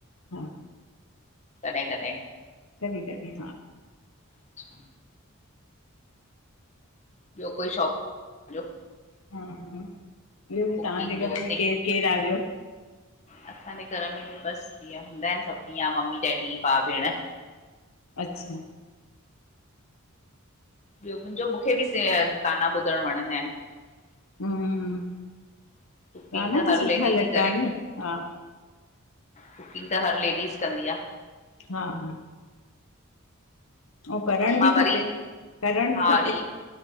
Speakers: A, on the left (about 75°); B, on the left (about 35°).
A: हा।
B: कॾहिं -कॾहिं
A: कॾी -कॾी हा
B: अच्छा। ॿियो कोई शौक जो
A: हा- हा ॿियो बि
B: कुकिंग
A: तहांजे घर
B: जो सिंग
A: में केर -केर आ ॿियो?
B: असांजे घर में बि बसि जीअं हूंदा इनि सब तीअं आ मम्मी -डैडी, भाउ- भेण।
A: अच्छा।
B: ॿियो मुंजो मुखे बि सेयर गाना ॿुधणु वणंदा इनि। <unintelligible>
A: हम्म
B: कुकिंग
A: गाना
B: त हर
A: सुठा
B: लेडी
A: लॻंदा
B: ती करेे।
A: आहिनि न हा
B: कुकिंग त हर लेडीज़ कंदी आ।
A: हा- हा अंउं करणि
B: मां
A: बि
B: वरी
A: खपे, करणि
B: हा
A: बि खपे
B: वरी